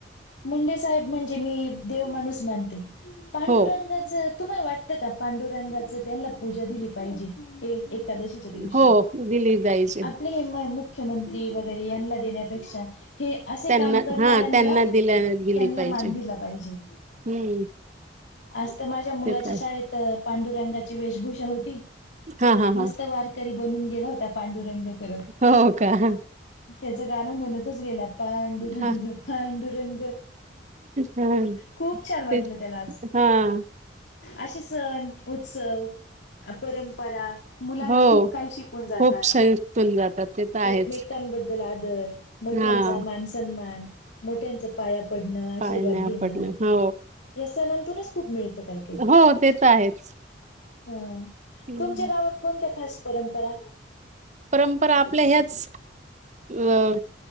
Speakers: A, on the left; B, on the right.
A: मुंडे साहेब म्हणजे मी देव माणूस मानते. पांडुरंगाच
B: हो.
A: तुम्हाला वाटतं का? पांडुरंगाच त्यांना पूजा दिली पाहिजे. एकादशीच्या दिवशी.
B: हो दिली जायचे
A: आप पले हे मुख्यमंत्री वगैरे यांना देण्यापेक्षा. हे असे
B: त्यांना
A: काम करणाऱ्यांना.
B: हा त्यांना दिल्या दिली
A: त्यांना
B: पाहिजे.
A: मान दिला पाहिजे.
B: हम्म
A: आज त माझ्या मुलाच्या
B: ते तर आहे.
A: शाळेत. पांडुरंगाची वेशभूषा होती.
B: हा हा
A: मस्त
B: हा
A: वारकरी बनून गेला होता. पांडुरंग करत.
B: हो का.
A: त्याचं गाणं म्हणतच गेला. पां डुरंग.
B: हां.
A: पांडुरंग.
B: हां.
A: खूप छान वाटलं
B: तेच
A: त्याला आज.
B: हां.
A: असेच सण, उत्सव, परंपरा, मुलांना
B: हो.
A: खूप काही शिक वून जातात.
B: खूप सैल जातात ते तर आहेच.
A: एकमेकांबद्ल आदर. मोठ्यांचा
B: हां.
A: मान सन्मान. मोठ्यांच पाया पडणं, आशीर्वाद
B: पाय नाही
A: घेणं.
B: पडलं. हो.
A: या सणातूनच खूप मिळतं. काही
B: हो ते त आहेच.
A: ह.
B: हं.
A: तुमच्या गावात कोणत्या खास परंपरा?
B: परंपरा आपल्या ह्याच. अ